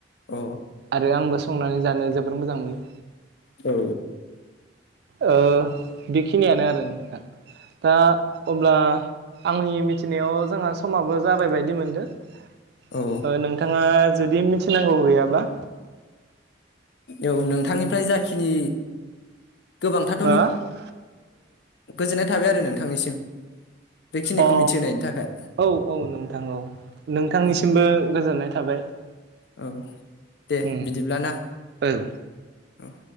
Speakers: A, on the left; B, on the right.
A: अ
B: आरो आंबो संनानै जानो जोबोर मोजां मोनो
A: औ
B: ओ बेखिनियानो आरो नोंथां दा अब्ला आंनि मिथिनायाव जोंहा समाबो जाबाय बायदि मोनदों
A: औ
B: नोंथांङा जुदि मिथि नांगौ गैयाब्ला
A: औ नोंथांनिफ्राय जाखिनि गोबांथाथ
B: हो अ
A: गोजोननाय थाबाय आरो नोंथांनिसिम बेखिनिखौ
B: अ
A: मिथिहोनायनि थाखाय
B: औ औ नोंथां औ नोंथांनिसिमबो
A: औ
B: गोजोननाय थाबाय
A: औ दे
B: उम
A: बिदिब्ला ना
B: औ
A: औ